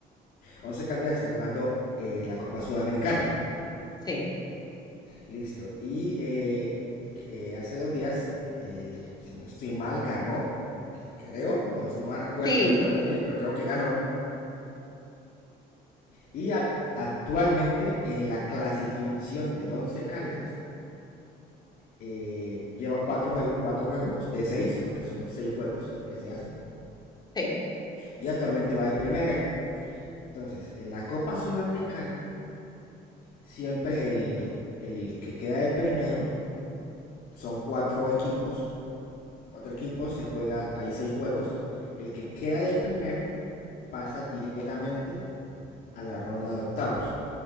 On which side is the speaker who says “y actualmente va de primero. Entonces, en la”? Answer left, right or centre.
Left